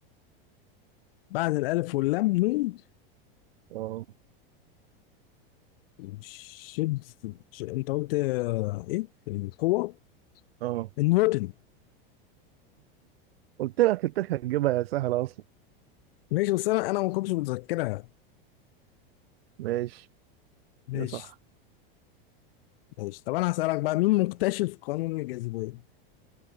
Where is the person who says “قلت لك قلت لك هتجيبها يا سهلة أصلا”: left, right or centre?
Right